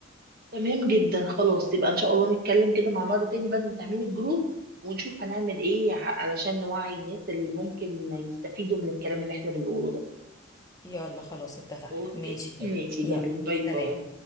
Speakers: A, on the right (about 45°); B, on the left (about 15°).
A: تمام جدا خلاص يبقى ان شاء الله نتكلم كده مع بعض تاني بعد ما تعملي الجروب ونشوف هنعمل ايه ع- علشان نوعي الناس اللي ممكن يستفيدوا من الكلام اللي احنا بنقوله ده
B: يلا خلاص اتفقنا
A: اوكي
B: ماشي
A: ماشي
B: يلا
A: جميل باي
B: سلام
A: باي